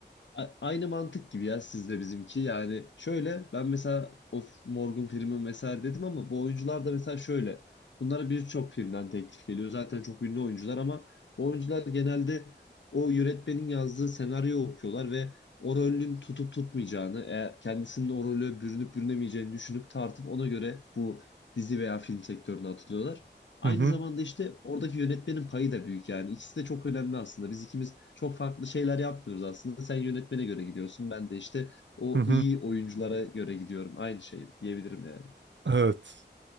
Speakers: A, on the left; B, on the right.
A: A- Aynı mantık gibi ya sizde bizimki. Yani şöyle ben mesela of Morgan Freeman vesaire dedim ama bu oyuncular da mesela şöyle. Bunlara birçok filmden teklif geliyor. Zaten çok ünlü oyuncular ama bu oyuncular genelde o yönetmenin yazdığı senaryo okuyorlar ve o rolün tutup tutmayacağını, e, kendisinin o rolü bürünüp bürünemeyeceğini düşünüp tartıp ona göre bu dizi veya film sektörüne atılıyorlar. Aynı
B: hı, hı,
A: zamanda işte oradaki yönetmenin payı da büyük yani. İkisi de çok önemli aslında. Biz ikimiz çok farklı şeyler yapmıyoruz aslında. Sen yönetmene göre gidiyorsun. Ben de işte o
B: hı. hı.
A: iyi oyunculara göre gidiyorum. Aynı şey diyebilirim yani.
B: Evet.